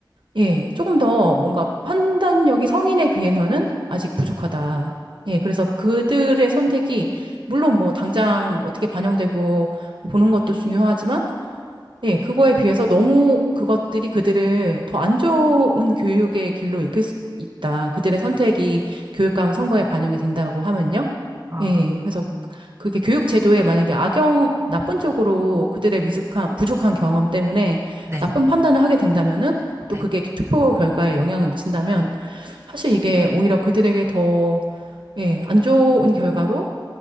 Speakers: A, on the right; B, on the right.
A: 예, 조금 더 뭔가 판단력이 성인에 비해서는 아직 부족하다. 예, 그래서 그들의 선택이 물론 뭐 당장 어떻게 반영되고 보는 것도 중요하지만 네, 그거에 비해서 너무 그것들이 그들을 더 안 좋은 교육의 길로 이끌 수 있다. 그들의 선택이 교육감 선거에 반영이 된다고 하면요.
B: 아,
A: 예, 그래서 그게 교육 제도에 만약에 악영, 나쁜 쪽으로 그들의 미숙한, 부족한 경험 때문에
B: 네,
A: 나쁜 판단을 하게 된다면은
B: 네.
A: 또 그게 투표 결과에 영향을 미친다면 사실 이게 오히려 그들에게 더, 예, 안 좋은 결과로